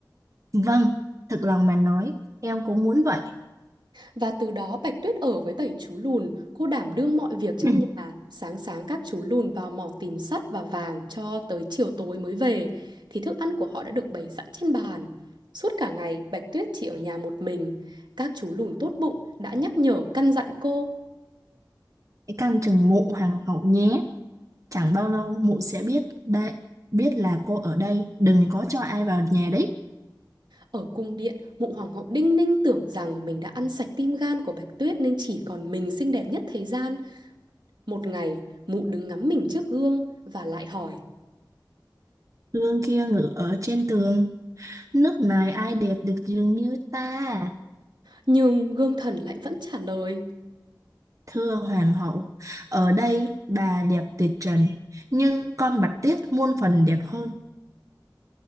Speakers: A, on the right; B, on the right.
A: Vâng, thực lòng mà nói, em cũng muốn vậy. <coughs>
B: Và từ đó Bạch Tuyết ở với bảy chú lùn, cô đảm đương mọi việc trong
A: <clears throat>
B: nhà. Sáng sáng các chú lùn vào mỏ tìm sắt và vàng cho tới chiều tối mới về, thì thức ăn của họ đã được bày sẵn trên bàn. Suốt cả ngày, Bạch Tuyết chỉ ở nhà một mình. Các chú lùn tốt bụng đã nhắc nhở căn dặn cô.
A: Hãy canh chừng mụ hoàng hậu nhé. Chẳng bao lâu mụ sẽ biết đây, biết là cô ở đây, đừng có cho ai vào nhà đấy.
B: Ở cung điện, mụ hoàng hậu Đinh Ninh tưởng rằng mình đã ăn sạch tim gan của Bạch Tuyết nên chỉ còn mình xinh đẹp nhất thế gian. Một ngày, mụ đứng ngắm mình trước gương và lại hỏi,
A: Gương kia ngự ở trên tường Nước này ai đẹp được dường như ta,
B: nhưng gương thần lại vẫn trả lời.
A: thưa hoàng hậu. Ở đây bà đẹp tuyệt trần, nhưng con bạch tuyết muôn phần đẹp hơn.